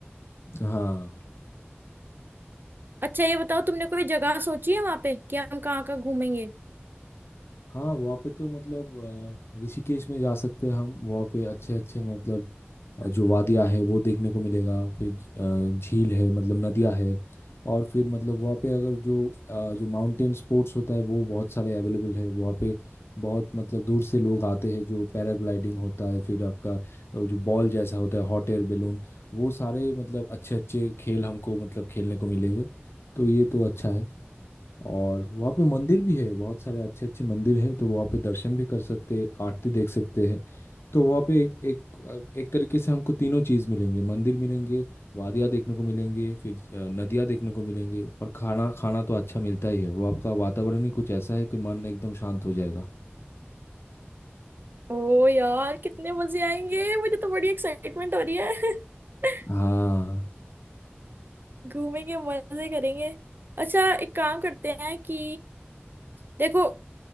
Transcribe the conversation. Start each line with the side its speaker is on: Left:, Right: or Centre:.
Left: हाँ
Right: अच्छा ये बताओ तुमने कोई जगह सोची है वहां पे कि हम कहाँ कहाँ घूमेंगे
Left: हाँ वहाँ पे तो मतलब अ, ऋषिकेश में जा सकते हैं हम वहाँ पे अच्छे अच्छे मतलब अ, जो वादियाँ है वो देखने को मिलेगा फिर अ, झील है मतलब नदियाँ है और फिर मतलब वहाँ पे अगर जो अ, जो माउंटेन स्पोर्ट्स होता है वो बहुत सारे अवेलेबल है वहाँ पे बहुत मतलब दूर से लोग आते हैं जो पैराग्लाइडिंग होता है फिर आपका अ, जो बॉल जैसा होता है हॉट एयर बैलून वो सारे मतलब अच्छे अच्छे खेल हमको मतलब खेलने को मिलेंगे तो ये तो अच्छा है और वहाँ पे मंदिर भी है बहुत सारे अच्छे अच्छे मंदिर है तो वहाँ पे दर्शन भी कर सकते हैं, आरती देख सकते हैं तो वहाँ पे एक एक एक तरीके से हमको तीनों चीज़ मिलेंगे मंदिर मिलेंगे वादियाँ देखने को मिलेंगे फिर अ, नदियाँ देखने को मिलेंगे और खाना खाना तो अच्छा मिलता ही है वो आपका वातावरण ही कुछ ऐसा है कि मन एकदम शांत हो जाएगा
Right: ओ यार कितने मजे आएंगे मुझे तो बड़ी एक्साइटमेंट हो रही है <laughs>
Left: हाँ
Right: घूमेंगे मजे करेंगे अच्छा एक काम करते हैं कि देखो